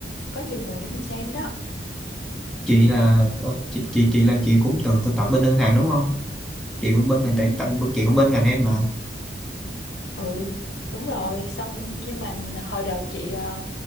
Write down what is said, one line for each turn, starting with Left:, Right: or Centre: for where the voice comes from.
Left: Có nhiều nguồn để mình xem đó.
Centre: chị
Left: Ừ.
Centre: là ờ, chị chị chị là chị cũng từng thực tập bên ngân hàng đúng không chị cũng bên ngành
Left: Ừ.
Centre: tài tận chị cũng bên ngành em mà
Left: Ừ. Đúng rồi, xong nhưng mà hồi đợt chị ờ,